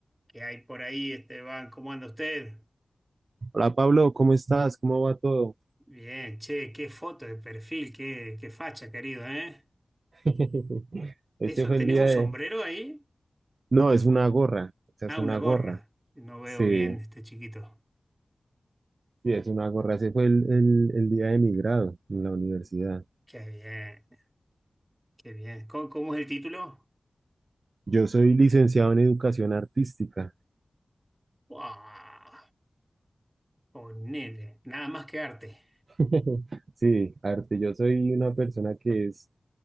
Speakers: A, on the right; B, on the right.
A: Que hay por ahí, Esteban? ¿Cómo anda usted?
B: Hola Pablo, ¿cómo estás? ¿Cómo va todo?
A: Bien, che, qué foto de perfil, qué, qué facha, querido, ¿eh?
B: <laughs> Este
A: ¿Eso
B: fue
A: tenés
B: el día
A: un
B: de...
A: sombrero ahí?
B: No, es una gorra, o sea,
A: Ah,
B: es una
A: una gorra.
B: gorra.
A: No veo
B: Sí,
A: bien este chiquito.
B: sí, es una gorra. Ese fue el, el- el día de mi grado en la universidad.
A: Qué bien, qué bien. ¿Cómo, cómo es el título?
B: Yo soy licenciado en educación artística.
A: ¡Wow! Ponele, nada más que arte.
B: <laughs> Sí, arte. Yo soy una persona que es